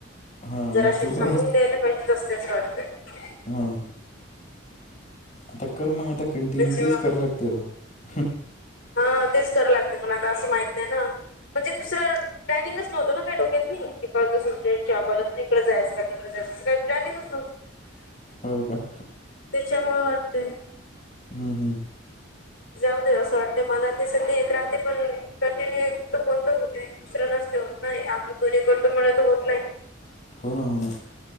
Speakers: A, on the left; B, on the left.
A: हा
B: जर
A: मग
B: असे
A: तसं
B: थांबवून द्यायला पाहिजे, तसतेचं वाटतंयऽ
A: ह,,, आता कर मग आता कंटिन्यू,
B: म्हणजे
A: तेच
B: मग
A: करा लागते आताऽ ह
B: हा तेच करां लागते पण आता असं माहित नाही ना म्हणजे दुसरं प्लॅनिंगच नव्हत ना का ोक्यात क का जसं आपला त इकडे जायं का तिकडे जायचं काही्लनिंगच नवतं ह
A: हो का
B: त्याच्यामुळ वाटतय
A: हम् हम्
B: जाऊ दे असं वाटतय मनाली संधी येत राहते पण कंटिन्यू तो कोणत होते दुसरं नसते होत नाही आपण दोन्ही करतो म्ह तर होत नाही
A: हो ना हो ना